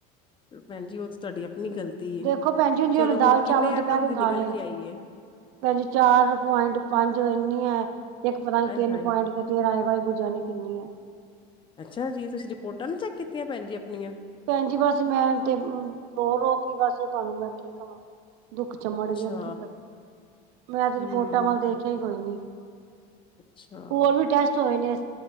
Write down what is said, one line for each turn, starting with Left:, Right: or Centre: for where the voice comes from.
Left: ਭੈਣ ਜੀ ਔ ਤੇ ਤੁਹਾਡੀ ਆਪਣੀ ਗ਼ਲਤੀ
Right: ਦੇਖੋ
Left: ਹੈ
Right: ਭੈਣ ਜੀ, ਹੁਣ ਜਿਵੇੰ
Left: ਚਲੋ
Right: ਦਾਲ
Left: ਕਿੰਨੇ
Right: ਚਾਵਲ
Left: ਐਮ
Right: ਦੁਪਹਿਰੇ
Left: ਐਮ ਦੀ ਨਿਕਲ
Right: ਖਾ ਲਏ
Left: ਕੇ ਆਈ ਹੈ
Right: ਭੈਣ ਜੀ ਚਾਰ ਪੁਆਇੰਟ ਪੰਜ, ਇੰਨੀ ਹੈ ਇੱਕ ਪਤਾ ਨੀ
Left: ਆਏ
Right: ਤਿੰਨ
Left: ਹਾਏ
Right: ਪੁਆਇੰਟ ਕੇ ਤੇਰਾਹ ਐ, ਵਾਹਿਗੁਰੂ ਜਾਣੇ ਕਿੰਨੀ ਐ।
Left: ਅੱਛਾ ਜੀ ਤੁਸੀਂ ਰਿਪੋਰਟਾਂ ਨੀ ਚੈੱਕ ਕੀਤੀਆਂ, ਭੈਣਜੀ ਆਪਣੀਆਂ।
Right: ਭੈਣਜੀ ਬਸ ਮੈਂ ਤੇ ਰੋ ਰੋ ਕੇ ਬਸ, ਤੁਹਾਨੂੰ ਮੈਂ ਕੀ ਕਵਾਂ ਦੁੱਖ ਚਮੜ
Left: ਅੱਛਾ
Right: ਗਿਆ ਕੀ ਕਰਾ, ਮੈਂ ਤੇ
Left: ਹਮ
Right: ਰਿਪੋਰਟਾਂ ਵੱਲ ਦੇਖਿਆ ਹੀ ਕੋਈ ਨੀ।
Left: ਅੱਛਾ
Right: ਹੋਰ ਵੀ ਟੈਸਟ ਹੋਏ ਨੇ,